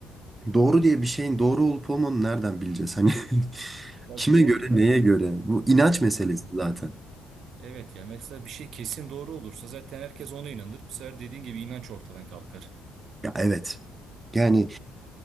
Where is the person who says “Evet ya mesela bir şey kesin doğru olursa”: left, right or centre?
Right